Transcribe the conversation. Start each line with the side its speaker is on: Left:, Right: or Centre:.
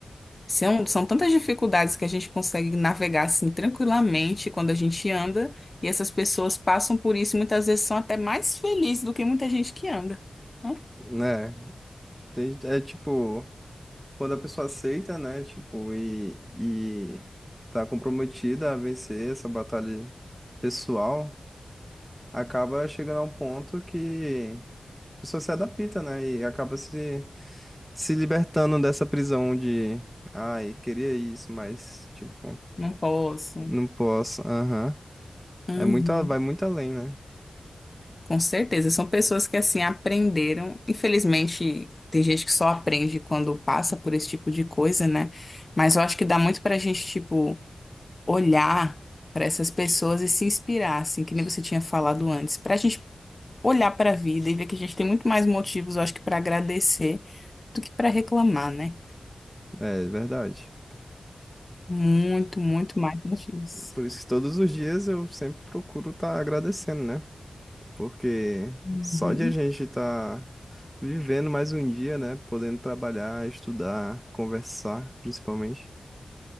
Left: São, são tantas dificuldades que a gente consegue navegar, assim, tranquilamente quando a gente anda, e essas pessoas passam por isso e muitas vezes são até mais felizes do que muita gente que anda. Não,
Centre: Né? Tem- É tipo, quando a pessoa aceita, né, tipo, e, e tá comprometida a vencer essa batalha pessoal, acaba chegando a um ponto que a pessoa se adapta, né? E acaba se, se libertando dessa prisão de, ai, queria isso, mas, tipo,
Left: não posso.
Centre: não posso. Aham.
Left: Uhum.
Centre: É muito, a- vai muito além, né?
Left: Com certeza, são pessoas que assim aprenderam. Infelizmente, tem gente que só aprende quando passa por esse tipo de coisa, né? Mas eu acho que dá muito pra gente, tipo, olhar pra essas pessoas e se inspirar, assim, que nem você tinha falado antes, pra gente olhar pra vida e ver que a gente tem muito mais motivos, eu acho que pra agradecer do que pra reclamar, né?
Centre: É verdade.
Left: Muito, muito mais motivos.
Centre: Por isso que todos os dias eu sempre procuro estar agradecendo, né? Porque
Left: Uhum.
Centre: só de a gente estar vivendo mais um dia, né? Podendo trabalhar, estudar, conversar, principalmente,